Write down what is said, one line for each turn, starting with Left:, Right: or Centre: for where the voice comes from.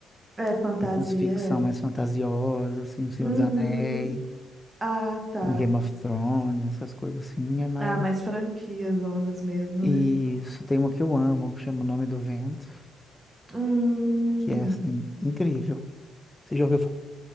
Right: É fantasia,
Left: Umas ficção
Right: é.
Left: mais fantasiosas, assim, O Senhor
Right: Uhum.
Left: dos Anéis,
Right: Ah, tá.
Left: um Game of Thrones, essas coisas assim, é mais.
Right: Ah, mas franquias, zonas mesmo,
Left: E
Right: né?
Left: Isso, tem uma que eu amo, que chama O Nome do Vento,
Right: Hum,
Left: que é, assim, incrível. Você já ouviu, fa-